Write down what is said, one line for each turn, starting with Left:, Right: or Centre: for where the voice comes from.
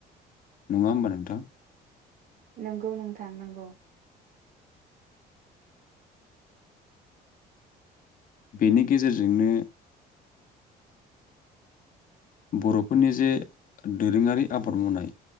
Left: नङा होमबा नोंथां?
Right: नंगौ नोंथां नंगौ।
Left: बेनि गेजेरजोंनो बर'फोरनि जे दोरोङारि आबाद मावनाय